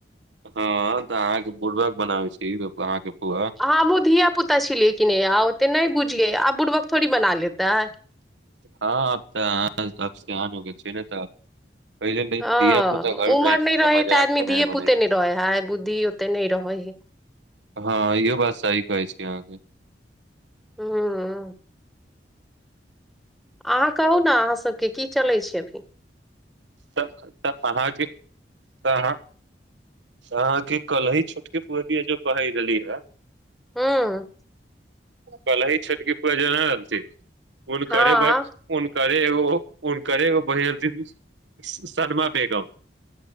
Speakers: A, on the right; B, in the centre.
A: हँ तऽ अहाँके बुरबक बनाबै छी अहाँके फुआ
B: अहाँ आबहु धिया पुता छी लेकिन यौ त नहि बुझियै आब बुरबक थोड़ी बना लेतै
A: हँ आब तऽ अहाँ आब सयान हो गेल छियै ने तऽ आब पहिले
B: हँ
A: धिया पुता घर
B: उमर
A: मे रहै छेलै
B: नहि रहे
A: तऽ मजाक
B: आदमी
A: करेमे
B: धिये
A: बनै
B: पुते
A: छै
B: नहि रहे है बुद्धि ओते नहि रहे है
A: हँ इहो बात सही कहै छी अहाँके
B: हँ अहाँ कहू ने अहाँसभके की चलै छै अभी
A: तऽ तऽ अहाँके तऽ अहाँ अहाँके कली छोटके पु जो कहहि रहली हे
B: हँ
A: कली छोटकी फुआ नहि लथि हन
B: हँ
A: करे ब ह करे एगो कोनो केरेगो बहिन सलमा बेगम